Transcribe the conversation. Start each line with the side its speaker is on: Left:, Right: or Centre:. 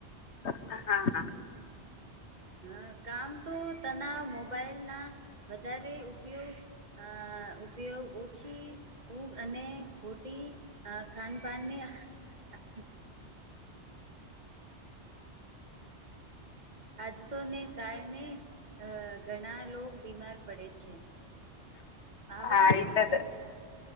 Left: હા હા
Right: અ કામ તો તના મોબાઈલના વધારે ઉપયોગ અ અ ઉપયોગ ઓછી ઉગ અને ખોટી અ ખાનપાનની હા આદતોને કારણે અ ઘણા લોક બીમાર પડે છે આવા
Left: હા એટલે
Right: શ